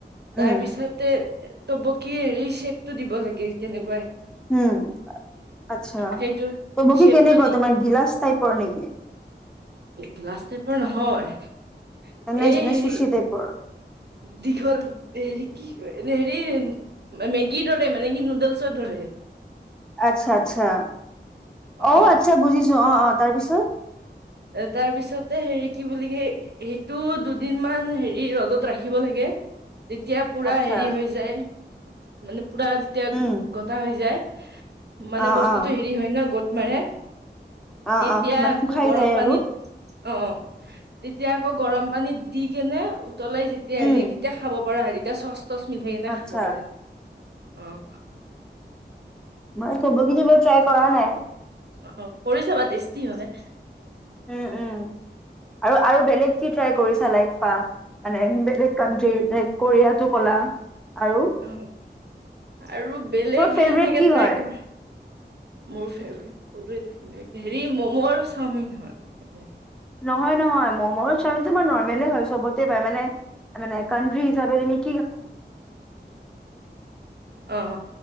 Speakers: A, on the right (about 65°); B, in the centre.
A: তাৰ
B: উম
A: পিছতে- তব কি হেৰি চেপতটো দিব লাগে। কেনেক-
B: উম' আচ্ছা,
A: সেইটো
B: তম কি
A: শ্বেপটো
B: কেনে গ
A: দি
B: তোমাৰ গিলাস তাই পৰ নেকি?
A: গিলাচ টাইপৰ নহয়।
B: নে
A: এই
B: নে
A: হেৰি
B: চুচি টাইপৰ
A: দীঘল। নেহেৰি কি কৰে মেগিৰে মানে নুডেল। চৈদৰে
B: আচ্ছা-আচ্ছা।
A: অ
B: অহ আচ্ছা বুজিছো অহ-অহ তাৰপিছত।
A: তাৰ পিছতে হেৰি কি বুলি ক সেইটো দুদিন মান হেৰি ৰ'দত ৰাখিব লাগে। তেতিয়া পুৰা
B: আচ্ছা
A: হেৰি হৈ যায়। মানে পূৰা যেতিয়া
B: উম
A: গটা হৈ যায়। মানে
B: অ অ
A: বস্তু হয় ন গত মাৰে।
B: অ
A: তেতিয়া
B: অ মানে
A: আকৌ
B: শুকাই
A: গৰম
B: যায়
A: পানীত
B: আৰু
A: অ', তেতিয়া আকৌ গৰম পানীত দি কেনে উতলাই যেতিয়া হেৰি
B: উম
A: তেতিয়া খাব পৰা হেৰিত তেয়া <unintelligible> তছ মিলাই কেনে
B: আচ্ছা
A: খাব পাৰে অ',
B: মই চবকু বা ট্ৰাই কৰা নাই।
A: অ কৰি চাবা টেষ্টি হয়।
B: উম-উম, আৰু-আৰু বেলেগ কি ট্ৰাই কৰিছা লাইফা মানে বেলেগ কানট্ৰি কোৰিয়াতটো কলা আৰু
A: অ আৰু বেলেগ
B: ত ফেভৰেট
A: সেনেকে
B: কি
A: ট্ৰাই
B: হয়?
A: কৰা মোৰ ফেভৰেট কৈলুয়ে দেখুন হেৰি মমো আৰু চাওমিন হয় এনে।
B: নহয়-নহয় মমোৰ চামাৰ নৰ্মেলে হয় চবতে পায় মানে। মানে কানট্ৰি যাব নেক <unintelligible>
A: অহ